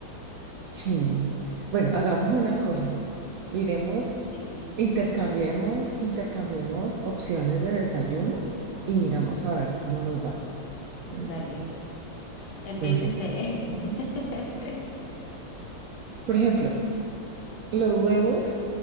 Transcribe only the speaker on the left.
Dime.
Dale, empiece
usted. <laughs>